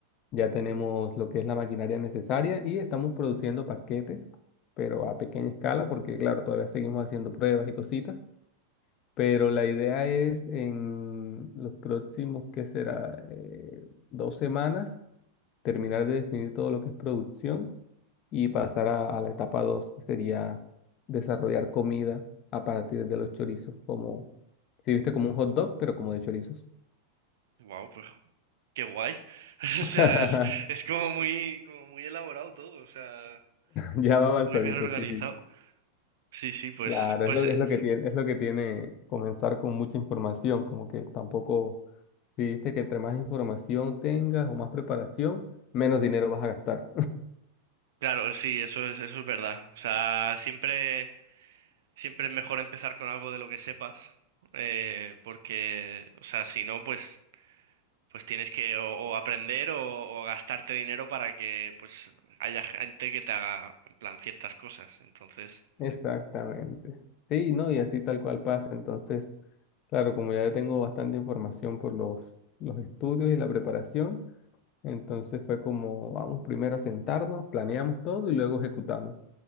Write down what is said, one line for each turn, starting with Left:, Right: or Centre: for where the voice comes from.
Left: Ya tenemos lo que es la maquinaria necesaria y estamos produciendo paquetes, pero a pequeña escala, porque claro, todavía seguimos haciendo pruebas y cositas. Pero la idea es en los próximos, ¿qué será? Eh, dos semanas, terminar de definir todo lo que es producción y pasar a, a la etapa 2 que sería desarrollar comida a partir de los chorizos, como, si viste como un hot dog, pero como de chorizos.
Right: wow, pues, qué guay. <laughs>
Left: <laughs>
Right: O sea, es, es como muy, como muy elaborado todo, o sea,
Left: Ya va avanzadito,
Right: muy bien organizado.
Left: sí, sí.
Right: Sí, sí, pues,
Left: Claro,
Right: pues,
Left: es lo,
Right: eh,
Left: es lo que tiene, es lo que tiene comenzar con mucha información, como que tampoco, si viste que entre más información tengas o más preparación, menos dinero vas a gastar.
Right: claro, sí, eso es, eso es verdad. O sea, siempre, siempre es mejor empezar con algo de lo que sepas, eh, porque, o sea, si no, pues pues tienes que o, o aprender o, o gastarte dinero para que pues haya gente que te haga en plan ciertas cosas. Entonces,
Left: <laughs> Exactamente. Sí, no, y así tal cual pasa. Entonces, claro, como ya yo tengo bastante información por los, los estudios y la preparación, Entonces fue como, vamos primero a sentarnos, planeamos todo y luego ejecutamos.